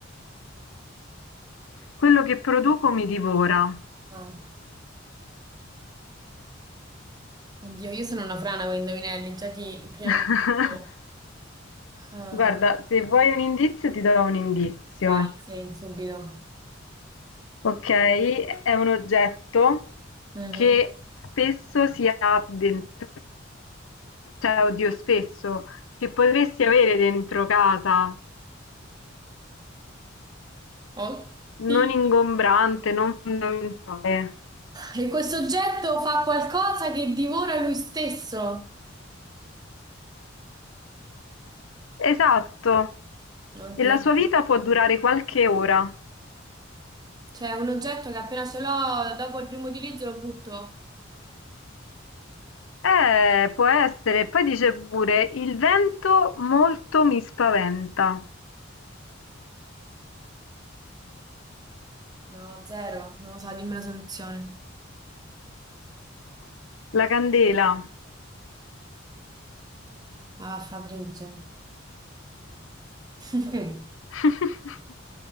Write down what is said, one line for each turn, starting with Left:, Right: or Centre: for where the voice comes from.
Left: Quello che produco mi divora.
Right: No. Oddio, io sono una frana con i indovinelli, già ti preannuncio.
Left: <laughs>
Right: Ah,
Left: Guarda, se vuoi un indizio ti do un indizio.
Right: vai, sì, subito.
Left: Okay, è un oggetto
Right: Mhm.
Left: che spesso si ha dentro cioè oddio spesso, che potresti avere dentro casa,
Right: Oddio.
Left: non ingombrante, non fondamentale.
Right: E questo oggetto fa qualcosa che divora lui stesso.
Left: Esatto.
Right: Oddio.
Left: E la sua vita può durare qualche ora.
Right: Cioè, un oggetto che appena ce l'ho, dopo il primo utilizzo lo butto.
Left: Eh, può essere. Poi dice pure: "Il vento molto mi spaventa".
Right: No, zero. Non lo so, dimmi la soluzione.
Left: La candela.
Right: Ah, Fabrizio. <laughs>
Left: <laughs>